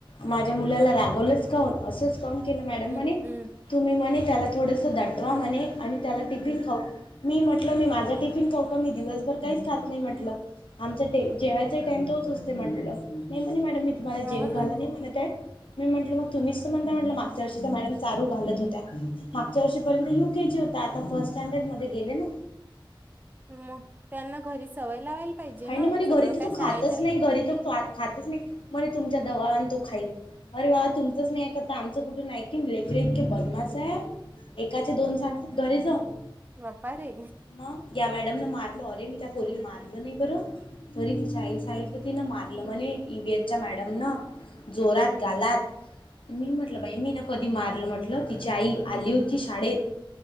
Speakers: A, on the left; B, on the right.
A: माझ्या मुलाला रागवलंच काऊन असंच काम केलं मॅडम
B: हम्म
A: म्हणे
B: हम्म
A: तुम्ही म्हणे त्याला थोडंसं दटवा म्हणे आणि त्याला टिफिन
B: हम्म
A: खाऊ मी म्हटलं मी माझा टिफिन खाऊ का मी दिवसभर काहीच खात नाही म्हटलं आमचा जेवायचा टाम तोच असते म्हटलं नाही म्हणे मॅडम मी तुम्हाला जेव
B: हो
A: घाला
B: ना
A: नाही म्ह ते मी म्हटलं मग तुम्हीच तर म्हणता म्हटलं मागच्या वर्षी तर मॅडम चारू घालत होत्या मागच्या वर्षीपर्यंत यू के जी हो तर आता फर्स्ट स्टँडर्डमध्ये गेले ना
B: मग त्यांना घरी सवय लावायला पाहिजे
A: ह ना म्ह घरी
B: सगळं
A: तर
B: काय
A: त खातच
B: शाळेच्या
A: नाही घरी तर ख खातच नाही मणे तुमच्या दवाने तो खाई अरे बाबा तुमचंच नाही आहे का त आमचं कुठून आहे की लेकर इतके बदमास आहे एकाचे दोन सांगत घरी जाऊ
B: बापा रे
A: मग या मॅडम न मारल अरे मी त्या पोरी मारलो नाही बरं तरी ति साितलं
B: हम्म
A: तिनं मारलं म्हणे ईव्हीएच च्या मॅडम न जोरात
B: हम्म
A: गालात मी म्हटलं बाई मी ना कधी मारलं म्हट म्हलं तिची आई आली होती शाळेत